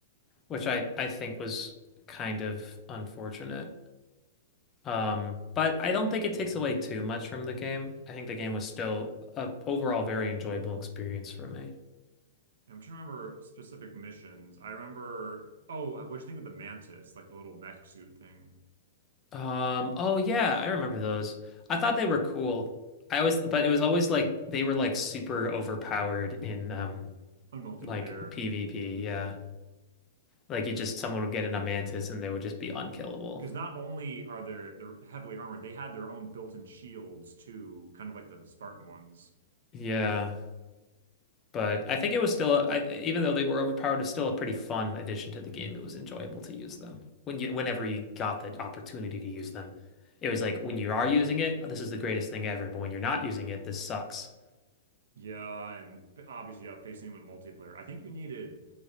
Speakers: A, on the left; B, on the right.
A: which I I think was kind of unfortunate. Um, but I don't think it takes away too much from the game. I think the game was still a overall very enjoyable experience for me.
B: I'm trying to remember specific missions. I remember. Oh, what'd you think of the Mantis, like the little mech suit thing
A: Um, oh yeah, I remember those. I thought they were cool. I always, but it was always like they were like super overpowered in um
B: on multiplayer?
A: like PvP,
B: Mm-hmm.
A: yeah. Like you just someone would get in a mantis and they would just be unkillable.
B: Because not only are they they're heavily armored, they had their own built-in shields too, kind of like the Spartan ones.
A: Yeah. But I think it was still I, even though they were overpowered, it's still a pretty fun addition to the game. It was enjoyable to use them. When you whenever you got the opportunity to use them. It was like when you are using it, this is the greatest thing ever, but when you're not using it, this sucks.
B: Yeah, and obviously, yeah, facing them in multiplayer. I think you needed